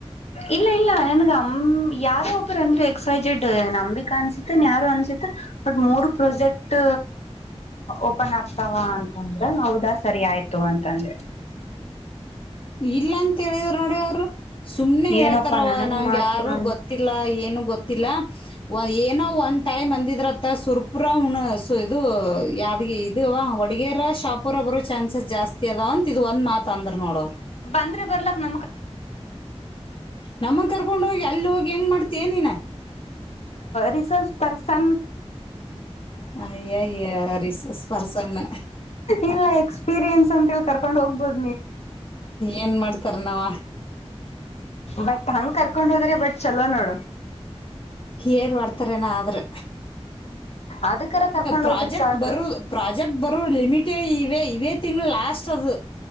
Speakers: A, on the left (about 75°); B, on the left (about 50°).
A: ಇಲ್ಲ ಇಲ್ಲ ನನ್ಗ ಅಮ ಯಾರೋ ಒಬ್ಬರು ಅಂದ್ರೆ ಎಕ್ಸೈಟೆಡ್ ನಂಬಿಕ ಅನ್ಸತ್ತೇನ್ ಯಾರು ಅನ್ಸತ್ತ ಬಟ್ ಮೂರು ಪ್ರಾಜೆಕ್ಟ್ ಓಪನ್ ಆಗ್ತಾವ ಅಂತಂದ್ರೆ ಹೌದಾ ಸರಿ ಆಯ್ತು ಅಂತಂದೆ
B: ಇಲ್ಲ ಅಂತೇಳಿದರು ನೋಡಿ ಅವರು ಸುಮ್ನೆ ಹೇಳ್ತಾರ
A: ಏನಪ್ಪಾ ನನಗ್
B: ನಂ್ಗೆ
A: ಮಾಡ್ತಾರ
B: ಯಾರು ಗೊತ್ತಿಲ್ಲ ಏನು ಗೊತ್ತಿಲ್ಲ ಏನೋ ಒಂ ಟೈಮ್ ಅಂದಿದ್ರತ್ತ ಸುರ್ಪುರ ಸ ಇದು ಯಾವ್ ಇ ಹೊಡಗರ ಶಾಪರ ಒರು ಚಾನ್ಸಸ್ ಜಾಸ್ತಿ ಅದಾವ ಅಂತ ಇದ್ ಒಂದ್ ಮಾತ ಅಂದ್ರ ನೋಡ ಅವರು
A: ಅಂದ್ರ ಬರ್ಲಕ್ಮ
B: ನಮ್ಮಗ್ ಕರ್ಕೊಂಡ ಹೋಗಿ ಅಲ್ಲಿ ಹೋಗಿ ಹೆಂಗ್ ಮಾಡ್ತನಿನ.
A: Resource person.
B: ಅಯ್ಯಯ್ಯ ರಿಸಸ್ ಪರ್ಸನ್
A: ಇಲ್ಲ ಎಕ್ಸ್ಪೀರಿಯನ್ಸ್ ಅಂತಿ ಕರ್ಕೊಂಡ್ ಹೋಗ್ಬೋದು
B: ಏನ್ ಮಾಡ್ತಾರ ನಾವ
A: ಬಟ್ ಹಂಗ್ ಕರ್ಕೊಂಡ್ ಹೋದ್ರಿ ಬಟ್ ಚಲೋ ನೋಡು.
B: ಏನು ಮಾಡಡ್ತಾರೇನ ಆದ್ರೆ.
A: ಅದಕರ ಕರ್ಕೊಂಡ್
B: ಪ್ರಾಜೆಕ್ಟ್
A: ಹೋದ್ರ ಸಾಕ್
B: ಬರ ಪ್ರಾಜೆಕ್ಟ್ ಬರ ಲಿಮಿಟೆ. ಇೇ ಇವೇ ತಿಂಗಳು ಲಾಸ್ಟ್ ಅದು